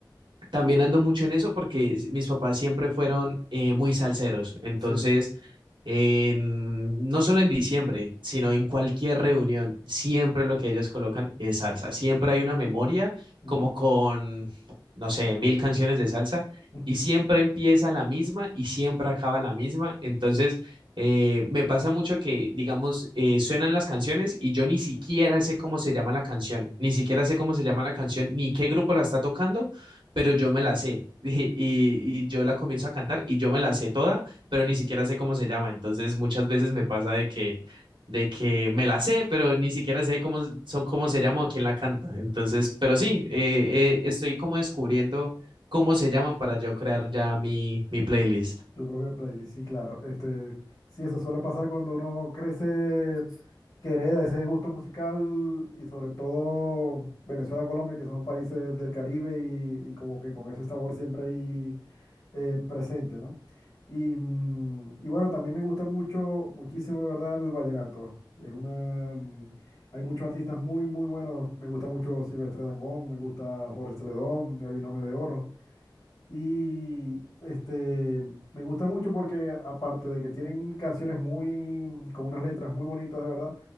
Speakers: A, on the right; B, on the left.
A: también ando mucho en eso porque mis papás siempre fueron eh, muy salseros. Entonces,
B: Sí.
A: en- no solo en diciembre, sino en cualquier reunión, siempre lo que ellos colocan es salsa. Siempre hay una memoria
B: Ujú,
A: como con, no sé, mil canciones de salsa
B: ujú,
A: y siempre empieza la misma y siempre acaba la misma. Entonces, eh, me pasa mucho que, digamos, eh, suenan las canciones y yo ni siquiera sé cómo se llama la canción, ni siquiera sé cómo se llama la canción, ni qué grupo la está tocando pero yo me la sé. <laughs> Y, y, y yo la comienzo a cantar y yo me la sé toda, pero
B: ujú.
A: ni siquiera sé cómo se llama. Entonces muchas veces me pasa de que, de que me la sé, pero ni siquiera sé cómo, son, cómo se llama o quién la canta. Entonces, pero sí, eh, eh, estoy como descubriendo cómo se llaman para yo crear ya mi, mi playlist.
B: Tu propia playlist, sí, claro. Este, sí, eso suele pasar cuando uno crece, que hereda ese gusto musical y sobre todo Venezuela, Colombia, que son países del Caribe y, y como que con ese sabor siempre ahí eh, presente, ¿no? Y, mm, y bueno, también me gusta mucho, muchísimo, de verdad, el vallenato. Es una, mm, hay muchos artistas muy, muy buenos. Me gusta mucho Silvestre Dangond, me gusta Jorge Celedón, El Binomio de Oro. Y este, me gusta mucho porque aparte de que tienen canciones muy, con unas letras muy bonitas, de verdad,